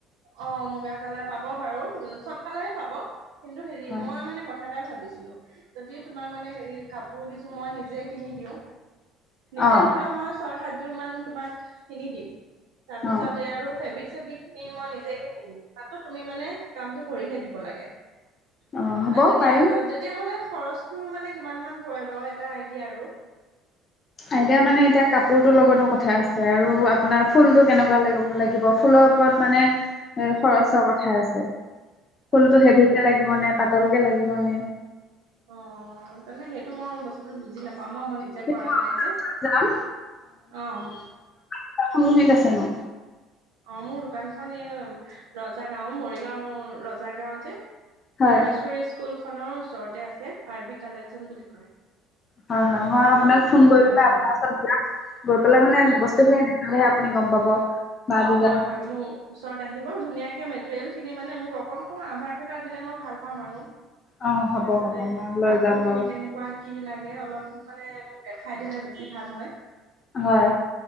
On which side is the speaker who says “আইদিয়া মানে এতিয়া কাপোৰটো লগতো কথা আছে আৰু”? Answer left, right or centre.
Left